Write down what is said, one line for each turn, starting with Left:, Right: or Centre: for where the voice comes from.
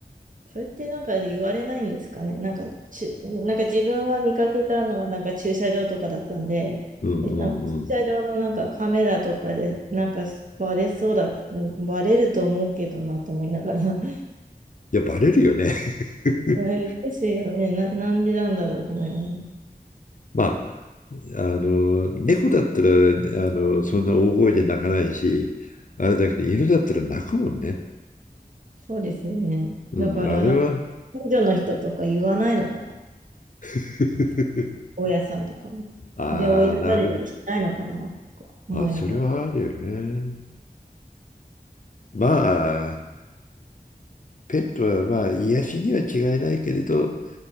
Right: それってなんか言われないんですかね。なんか、ちなんか自分は見かけたのはなんか駐車場とかだったんで、
Left: うんうんうん。
Right: え、なんか駐車場のなんかカメラとかでなんかバレそうだ、
Left: い
Right: バレると思うけどなと思いながら。<laughs>
Left: や、バレるよね。<laughs>
Right: うんですよね。な、なんでなんだろうと思いながら。
Left: まあ、あの、猫だったら、あの、そんな大声で泣かないし、あれだけど、犬だったら泣くもんね。
Right: そうですよね。
Left: うん、
Right: だから、
Left: あれは。
Right: な、近所の人とか言わないのかな。
Left: <laughs>
Right: 大家さんとかに。
Left: ああ、
Right: で、追い出されたりしないのかなとか思いながら。
Left: なる。あ、それはあるよね。まあ、ペットはまあ、癒しには違いないけれど、